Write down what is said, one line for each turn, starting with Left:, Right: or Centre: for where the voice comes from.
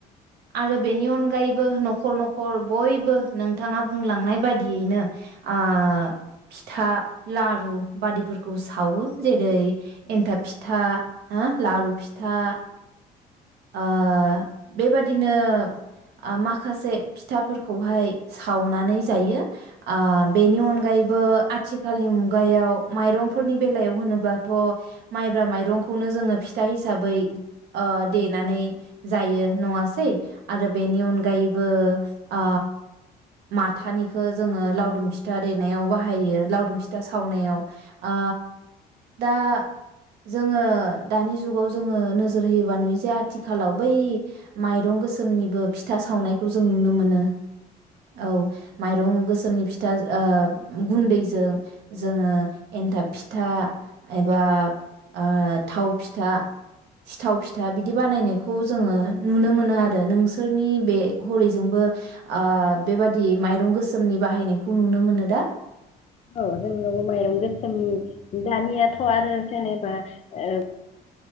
Right: आरो बेनि अनगायैबो न'खर न'खर बयबो नोंथाङा बुंलांनाय बादियैनो आ फिथा लारु बादिफोरखौ सावो जेरै एन्थाब फिथा हा लारु फिथा ओ बे बेबादिनो आ माखासे फिथाफोर खौहाय सावनानै जायो ओ बेनि अनगायैबो आथिखालनि मुगायाव माइरंफोरनि बेलायाव होनोबाथ' माइब्रा माइरंखौनो जोङो फिथा हिसाबै ओ देनानै जायो नङासै आरो बेनि अनगायैबो ओ माथानिखो जोङो लावदुम फिथा देनायाव बाहायो लावदुम फिथा सावनायाव आ दा जोङो दानि जुगाव जोङो नोजोर होयोबा नुयोजे आथिखालाव बै माइरं गोसोमनिबो फि फिथा सावनायखौ जों नुनो मोनो औ माइरं गोसोमनि फिथा ओ गुन्दैजों जोङो एन्थाब फिथा एबा ओ थाव फिथा सिथाव फि फिथा बिदि बानायनायखौ जोङो नुनो मोनो आरो नोंसोरनि बे हरैजोंबो ओ बेबादि माइरं गोसोमनि बाहायनायखौ नुनो मोनो दा
Left: औ जोंनाव माइरं गोसोम दानियाथ' आरो जेनेबा ओ